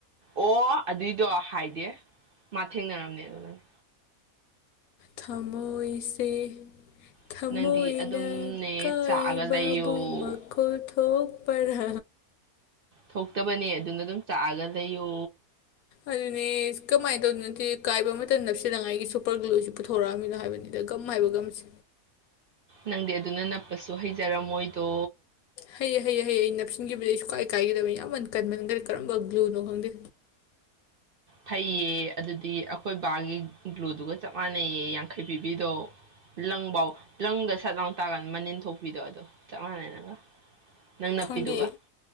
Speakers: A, on the right (about 55°); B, on the left (about 80°).
A: ꯑꯣ ꯑꯗꯨꯏꯗꯣ ꯍꯥꯏꯗꯦ ꯃꯥ ꯊꯦꯡꯅꯔꯝꯅꯦ ꯑꯗꯨꯅꯅꯦ
B: ꯊꯃꯣꯏꯁꯦ ꯊꯃꯣꯏꯅ
A: ꯆꯥꯛꯑꯒ
B: ꯀꯥꯏꯕꯕꯨꯃꯛ ꯊꯣꯛꯊꯣꯛ ꯄꯔ
A: ꯊꯣꯛꯇꯕꯅꯦ ꯑꯗꯨꯅ ꯑꯗꯨꯝ ꯆꯥꯛꯑꯒ ꯂꯩꯌꯣ
B: ꯑꯗꯨꯅꯦ ꯀꯃꯥꯏꯅ ꯇꯧꯗꯅꯠꯇꯦ ꯀꯥꯏꯕ ꯃꯇꯝ ꯅꯞꯁꯤꯅꯉꯥꯏꯒꯤ ꯁꯨꯄꯔ ꯒ꯭ꯂꯂꯨꯁꯤ ꯄꯨꯊꯣꯛ ꯊꯣꯔꯛꯑꯃꯤꯅꯣ ꯍꯥꯏꯕꯅꯤꯗ ꯒꯝ ꯍꯥꯏꯕ ꯒꯝꯁꯦ
A: ꯅꯪꯗꯤ ꯑꯗꯨꯅ ꯅꯞꯄꯁꯨ ꯍꯩꯖꯔꯝꯃꯣꯏꯗꯣ
B: ꯍꯌꯦ ꯍꯌꯦ ꯍꯌꯦ ꯑꯩ ꯅꯞꯁꯤꯟꯈꯤꯕꯗꯒꯤ ꯑꯩ ꯁꯨꯀꯥꯏ ꯀꯥꯏꯒꯗꯕ ꯌꯥꯝꯃꯟ ꯀꯟꯃꯟꯈ꯭ꯔꯔꯤ ꯀꯔꯝꯕ ꯕ꯭ꯂꯨꯅꯣ ꯈꯪꯗꯦ
A: ꯐꯩꯌꯦ ꯑꯗꯨꯗꯤ ꯑꯩꯈꯣꯏ ꯕꯥꯒꯤ ꯒ꯭ꯂꯨꯗꯨꯒ ꯆꯞ ꯃꯥꯟꯅꯩꯌꯦ ꯌꯥꯡꯈꯩ ꯄꯤꯕꯤꯗꯣ ꯂꯪꯐꯧ ꯂꯪꯗ ꯁꯠ ꯂꯥꯎ ꯇꯥꯀꯥꯟꯗ ꯃꯅꯤꯟ ꯊꯣꯛꯄꯤꯗꯣ ꯑꯗꯨꯗ ꯆꯞ ꯃꯥꯟꯅꯩ ꯅꯪꯒ ꯅꯪ ꯅꯞꯄꯤꯗꯨꯒ
B: ꯈꯪꯗꯦ